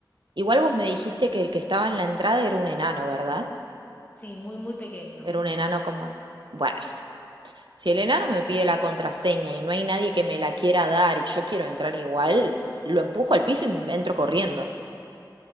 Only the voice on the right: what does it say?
Igual vos me dijiste que el que estaba en la entrada era un enano, ¿verdad?
Era un enano como... Bueno, si el enano me pide la contraseña y no hay nadie que me la quiera dar y yo quiero entrar igual, lo empujo al piso y m- entro corriendo.